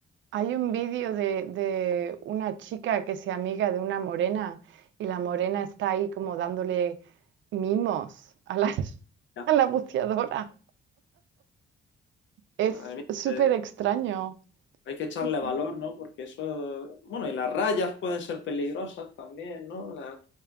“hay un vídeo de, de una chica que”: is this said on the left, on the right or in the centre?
Right